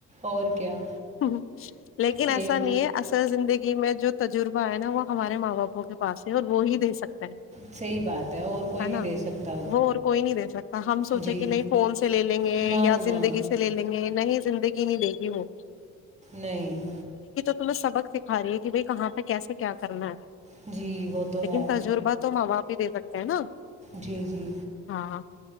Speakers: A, on the right; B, on the left.
A: اور کیا
B: ہ لیکن
A: یہ
B: ایسا نہیں ہے اصل زندگی میں جو تجربہ ہے نا وہ ہمارے ماں باپوں کے پاس ہے اور وہ ہی دے سکتے
A: صحیح بات اور کوئی
B: ہے
A: نہیں
B: نا
A: دے سکتا
B: وہ اور کوئی نہیں دے سکتا ہم سوچے
A: جی
B: کہ نہیں فون سے لے لیں گے
A: نہ
B: یا
A: نہ
B: زندگی سے لے لیں گے نہ ہی زندگی نہیں دے گی وہ
A: نہیں
B: تومہیں سبق سکھا رہی ہے کہ بھائی کہاں پہ کیسے کیا کرنا ہے
A: جی وہ تو
B: لیکن
A: ہے
B: تجربہات تو ما باپ دے بکتے ہیں ہے نا
A: جی جی
B: ہاں